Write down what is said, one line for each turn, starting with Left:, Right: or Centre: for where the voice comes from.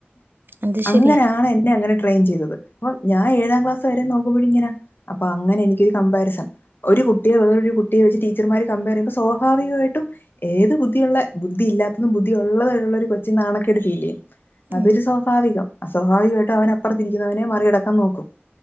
Right: അത് ശരിയാ
Left: അങ്ങനാണ് എന്നെ അങ്ങ ട്രെയിൻ ചെയ്യ്തത് അപ്പോ ഞാൻ ഏഴാം ക്ലാസ്സ്‌വരെ നോക്കുമ്പോഴും ഇങ്ങനാ അപ്പോ അങ്ങനെയെനിക്കൊരു കമ്പറരിസൺ ഒ രു കുട്ടിയെ വേറൊരു കുട്ടിയെ വെച്ച് ടീച്ചർമാര് കംപേറ് ചെയ്യുമ്പോ സ്വഭാവികമായിട്ടും ഏത് ബുദ്ധിയുള്ള ബുദ്ധി ഇല്ലാത്ത ബുദ്ധി ഒള്ളത് <unintelligible> ഒരു കൊച്ചിൻ നാണക്കേട് ഫീൽ ചെയ്യും അതൊരു
Right: ഉം
Left: സ്വാഭാവികം അസ്വാഭാവികവായിട്ടും അവൻ അപ്പറത്തിരിക്കുന്നവനെ മറികടക്കാൻ നോക്കും